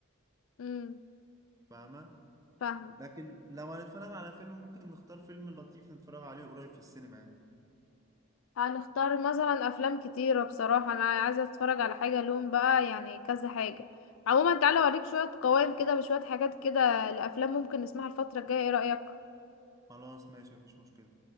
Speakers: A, on the left (about 75°); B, on the right (about 15°).
A: امم
B: فاهمة
A: فاهمه
B: لكن لو هنتفرج على فيلم ممكن نختار فيلم لطيف نتفرج عليه قريب في السينما يعني
A: هنختار مثلا افلام كتيرة بصراحة انا عايزة اتفرج على حاجة لون بقى يعني كذا حاجة عموما تعالى اوريك شوية قوائم كده بشوية حاجات كده لافلام ممكن نسمعها الفترة الجاية ايه رأيك
B: خلاص ماشي مفيش مشكلة